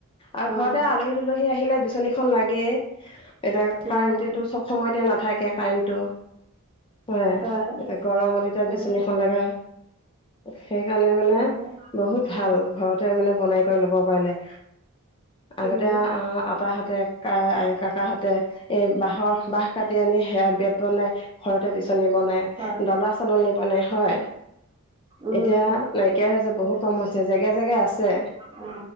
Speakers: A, on the left; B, on the right.
A: আও
B: অ
A: ঘৰতে আলহী তুলহী আহিলে বিচনীখন লাগে এতিয়া কাৰেণ্টেটো
B: উম
A: সব সময়তে নাথাকে কাৰেণ্টটো হয়ে,
B: হয়
A: এতিয়া গৰমত এতিয়া
B: হয়
A: বিচনীখন লাগে সেইকাৰণে মানে
B: হয়
A: বহুত ভাল ঘৰতে মানে বনাই কৰাই ল'ব পাৰিলে আগতে
B: উম
A: আহ আপাহঁতে কা এ কাকাহঁতে এ বাঁহৰ বাহ কাটি আনি সেয়া বেত বনাই ঘৰতে বিচনী বনাই
B: হয়
A: ডলা, চালনী বনায় হয়
B: উম
A: এতিয়া নাইকিয়া হৈছে বহুত কম হৈছে জেগাই জেগাই আছে
B: অ